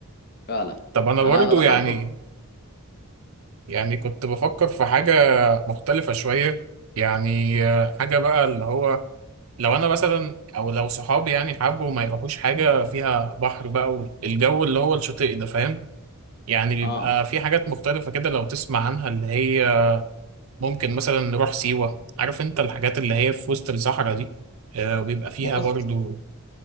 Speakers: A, on the left; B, on the right.
A: فعلا
B: طب انا
A: أنا
B: برضو
A: دخلته
B: يعني يعني كنت بفكر في حاجه مختلفه شويه يعني آه، حاجه بقى اللي هو لو انا مثلا او لو صحابي يعني حبوا ما يروحوش حاجه فيها بحر بقى والجو اللي هو الشاطئ ده فاهم يعني بيبقى
A: آه
B: في حاجات مختلفه كده لو تسمع عنها اللي هي ممكن مثلا نروح سيوة عارف انت الحاجات اللي هي في وسط الصحراء دي آه، وبيبقى فيها
A: بص
B: برضو